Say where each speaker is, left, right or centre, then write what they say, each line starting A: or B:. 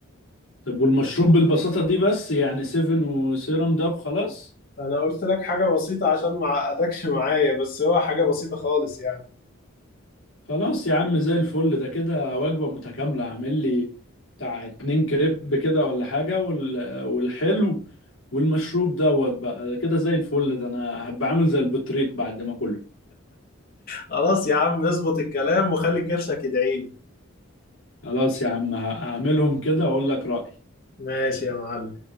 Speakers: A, on the left; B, on the left.
A: طب والمشروب بالبساطة دي بس يعني سيفن وسيرم ده خلاص
B: انا قلت لك حاجة بسيطة عشان ما اعقدكش <laughs> معايا بس هو حاجة بسيطة خالص يعني
A: خلاص يا عم زي الفل ده كده وجبة متكاملة اعمل لي بتاع اتنين كريب كده ولا حاجة وال... والحلو والمشروب دوت بقى ده كده زي الفل ده انا هبقى عامل زي البطريق بعد ما كله
B: خلاص يا عم اظبط الكلام وخلي كرشك يدعيلي
A: خلاص يا عم ه- هعملهم كده واقول لك رأيي
B: ماشي يا معلم